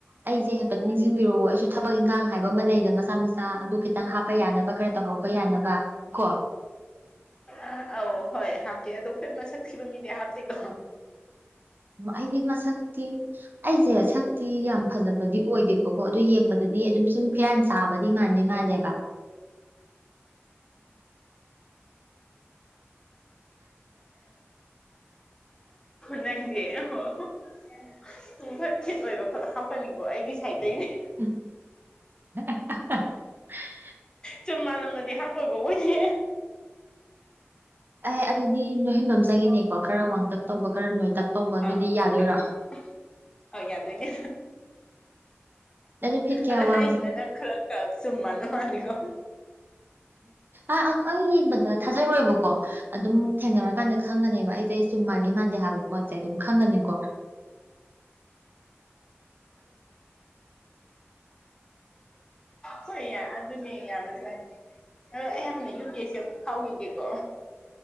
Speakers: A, on the right; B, on the left.
A: ꯑꯩꯖꯦ ꯍꯥꯏꯐꯦꯠ ꯅꯤꯡꯖꯤꯡꯕꯤꯔꯛꯑꯣ ꯑꯩꯖꯨ ꯊꯕꯛ ꯏꯪꯒꯥꯡ ꯍꯥꯏꯕ ꯑꯃ ꯂꯩꯗ ꯃꯆꯥ ꯃꯆꯥ ꯑꯗꯨ ꯈꯤꯇꯪ ꯍꯥꯞꯄ ꯌꯥꯅꯕ ꯈꯔ ꯇꯧꯍꯧꯕ ꯌꯥꯅꯕ ꯀꯣ
B: ꯑ ꯑꯧ ꯍꯣꯏ ꯍꯥꯞꯀꯦ ꯑꯗꯣ ꯑꯈꯣꯏ ꯃꯁꯛ ꯊꯤꯕ ꯃꯤꯗꯤ ꯍꯥꯞꯇꯦꯀꯣ
A: ꯃ ꯑꯩꯗꯤ ꯃꯁꯛ ꯊꯤ ꯑꯩꯖꯦ ꯁꯛꯇꯤ ꯌꯥꯝ ꯐꯖꯕꯗꯤ ꯑꯣꯏꯗꯦꯕꯀꯣ ꯑꯗꯨ ꯌꯦꯡꯕꯗꯗꯤ ꯑꯗꯨꯝ ꯆꯨꯝ ꯐꯤꯔꯥꯟ ꯆꯥꯕꯗꯤ ꯃꯥꯟꯗꯤ ꯃꯥꯜꯂꯦꯕ
B: ꯅꯪꯖꯦ ꯑꯣꯍꯣ ꯍꯣ ꯁꯨꯝ ꯍꯣꯏ ꯐꯤꯠ ꯑꯣꯏꯕ ꯈꯛ ꯍꯥꯞꯀꯅꯤꯀꯣ ꯑꯩꯒꯤ ꯁꯥꯏꯗꯇꯩꯗꯤ
A: <inaudible>
B: ꯆꯨꯝ ꯃꯥꯜꯂꯝꯃꯗꯤ ꯍꯥꯞꯄꯣꯏꯀꯣ ꯑꯣꯏꯗꯤ
A: ꯑꯦ ꯑꯗꯨꯗꯤ ꯅꯣꯏꯍꯟꯕꯝ ꯆꯪꯉꯤꯅꯦꯀꯣ ꯈꯔ ꯋꯥꯡꯇꯛ ꯇꯧꯕ ꯈꯔ ꯅꯣꯏꯇꯛ ꯇꯧꯕ
B: ꯑꯥ
A: ꯑꯗꯨꯗꯤ ꯌꯥꯗꯣꯏꯔꯣ
B: ꯑꯥ ꯑꯥ ꯌꯥꯗꯣꯏꯅꯤ
A: ꯅꯪꯗꯤ ꯐꯤꯠ ꯀꯌꯥ
B: ꯑꯗ ꯍꯥꯏꯔꯤꯁꯤꯅ
A: ꯋꯥꯡꯕ
B: ꯅꯪ ꯈꯔ ꯀꯞ ꯆꯨꯝ ꯃꯟꯕ ꯃꯥꯅꯤꯀꯣ
A: ꯑ ꯑꯥꯎ ꯑꯩ ꯌꯦꯡꯕꯗ ꯊꯥꯖꯔꯣꯏꯕꯀꯣ ꯑꯗꯨꯝ ꯊꯦꯡꯅꯔꯀꯥꯟꯗ ꯈꯪꯉꯅꯦꯕ ꯑꯩꯖꯦ ꯆꯨꯝ ꯃꯥꯥꯜꯂꯤ ꯃꯥꯟꯗꯦ ꯍꯥꯏꯕ ꯄꯣꯠꯁꯦ ꯑꯗꯨꯝ ꯈꯪꯉꯅꯤꯀꯣ
B: ꯍꯣꯏ ꯌꯥ ꯑ ꯑꯗꯨꯅꯦ ꯌꯥꯝꯕ ꯖꯥꯠꯅꯤ ꯑꯗ ꯑꯩ ꯍꯥꯟꯅ ꯌꯨ ꯄꯤ ꯑꯦꯁ ꯁꯤ ꯑꯃꯨꯛ ꯐꯥꯎꯒꯤꯒꯦꯀꯣ